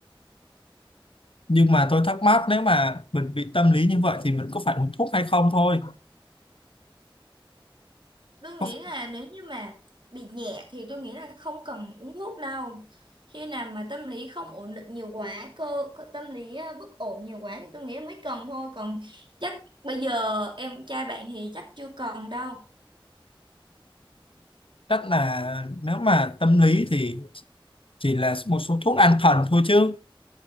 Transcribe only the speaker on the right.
Tôi nghĩ
là nếu như mà bị nhẹ thì tôi nghĩ là không cần uống thuốc đâu. Khi nào mà tâm lý không ổn định nhiều quá, cơ, cơ tâm lý à, bất ổn nhiều quá thì tôi nghĩ mới cần thôi. Còn chắc bây giờ em trai bạn thì chắc chưa cần đâu.